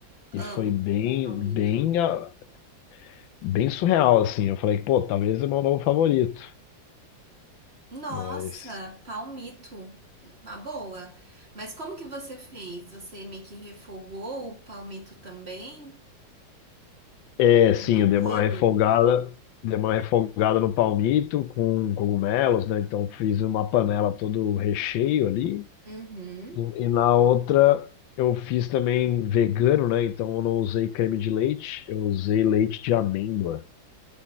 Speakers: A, on the left; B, on the right.
A: E foi
B: Amo
A: bem,
B: palmito.
A: bem, ah, bem surreal, assim. Eu falei, pô, talvez é meu novo favorito.
B: Nossa,
A: Mas.
B: palmito. Uma boa. Mas como que você fez? Você meio que refogou o palmito também?
A: É, sim,
B: do
A: eu
B: molho.
A: dei uma refogada, dei uma refogada no palmito com cogumelos, né? Então fiz uma panela todo o recheio ali.
B: Uhum.
A: E, e na outra eu fiz também vegano, né? Então eu não usei creme de leite, eu usei leite de amêndoa.